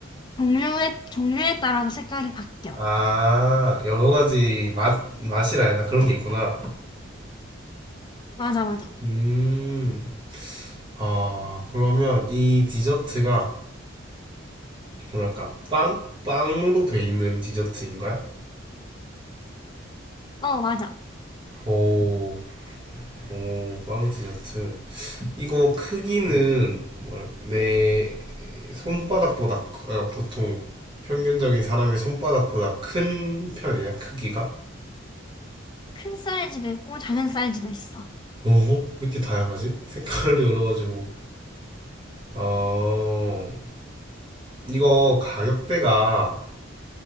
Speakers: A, on the left; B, on the right.
A: 종류에, 종류에 따라서 색깔이 바뀌어.
B: 아, 여러 가지 맛 맛이라 해야 되 그런 게 있구나.
A: 맞아, 맞아.
B: 음, 아, 그러면 이 디저트가 뭐랄까 빵 빵으로 돼 있는 디저트인 거야?
A: 어, 맞아.
B: 오. 오, 빵 디저트. 이거 크기는 뭐라 내 손바닥보다 아, 보통 평균적인 사람의 손바닥보다 큰 편이야, 크기가.
A: 큰 사이즈도 있고 작은 사이즈도 있어.
B: 오호, 왜 이렇게 다양하지? 색깔도 여러 가지고. 어, 이거 가격대가